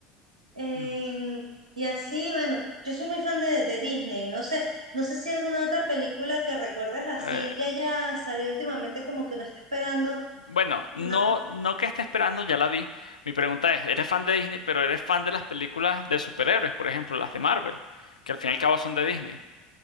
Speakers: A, on the right; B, on the left.
A: Em,
B: Mm.
A: y así, bueno, yo soy muy fan de, de Disney, no sé, no sé si alguna otra película que recuerdes así
B: Eh,
A: que haya salido últimamente como que uno está esperando
B: bueno, no,
A: más.
B: no que esté esperando, ya la vi. Mi pregunta es, ¿eres fan de Disney, pero eres fan de las películas de superhéroes, por ejemplo, las de Marvel, que al fin y al cabo son de Disney,